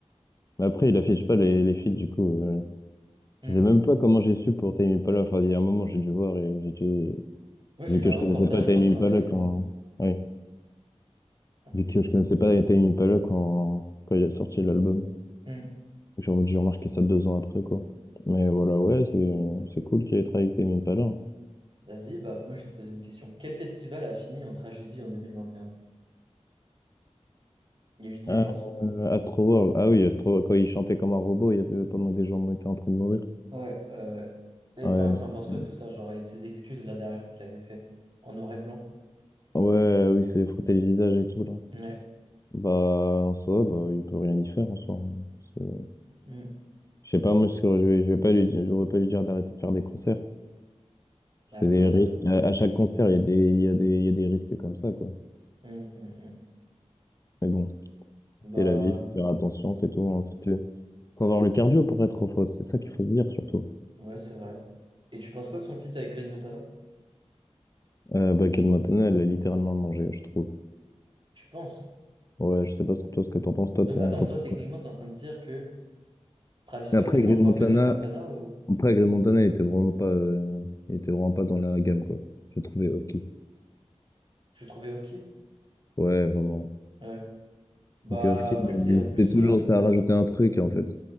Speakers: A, on the left; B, on the right.
A: Mais après, il affiche pas les, les feats, du coup. euh,
B: Mm.
A: je sais même pas comment j'ai su pour Tame Impala. Enfin, il y a un moment, j'ai dû voir et j'ai dû...
B: Moi, j'ai
A: Vu
B: vu
A: que
B: un
A: je
B: reportage
A: connaissais pas Tame
B: où il travaillait.
A: Impala quand... Ouais.
B: Ah, c'était
A: Vu que
B: cool.
A: je connaissais pas Tame Impala quand, quand il a sorti l'album.
B: Mm.
A: J'ai j'ai remarqué ça deux ans après, quoi. Mais voilà, ouais, c'est c'est cool qu'il ait travaillé avec Tame Impala. hein.
B: Vas-y, bah moi, je vais te poser une question. Quel festival a fini en tragédie en deux mille vingt et un Il y a eu dix
A: Ah,
B: morts.
A: euh, Astroworld, ah oui, Astroworld, quand il chantait comme un robot, il y avait pendant que des gens étaient en train de mourir.
B: Ouais. euh, Et
A: Ah Ouais,
B: t'en
A: mais
B: t'en
A: ça,
B: penses
A: c'est-
B: quoi
A: ouais,
B: de tout ça? Genre, il y a de ces excuses là derrière qu'il avait fait en noir et blanc.
A: euh, oui, c'est frotter le visage et tout, là.
B: Ouais.
A: Bah, en soi, bah, il peut rien y faire, en soi. C'est-
B: Mm.
A: Je sais pas, moi, je je vais je vais pas lui dire, je vais pas lui dire d'arrêter de faire des concerts. C'est
B: Ah, c'est
A: des
B: vrai.
A: risques. À, à chaque concert, il y a des, il y a des, il y a des risques comme ça, quoi.
B: Mm, mm, mm.
A: Mais bon,
B: Bah,
A: c'est la vie, faut faire attention, c'est tout. hein. Si t'es- Faut avoir le cardio pour être en fausse, c'est ça qu'il faut se dire surtout.
B: ouais, c'est vrai. Et tu penses quoi de son feat avec Green Montana?
A: Euh, bah, Kate Montana, elle a littéralement mangé, je trouve.
B: Tu penses?
A: Ouais, je sais pas ce que toi, ce que t'en penses, toi, t'es
B: Donc, attends,
A: t'en
B: toi,
A: penses
B: techniquement,
A: quoi.
B: t'es en train de dire que Travis Scott
A: Et Après,
B: est moins
A: Green
B: fort
A: Montana,
B: que Dream Montana ou
A: après, Green Montana, il était vraiment pas, euh, il était vraiment pas dans la gamme, quoi. J'ai trouvé Hofki.
B: je le trouvais ok?
A: Ouais, vraiment.
B: Ouais. Bah
A: Donc, Hofki,
B: après tu sais en plus
A: c'est toujours,
B: euh,
A: ça a rajouté un truc, en fait.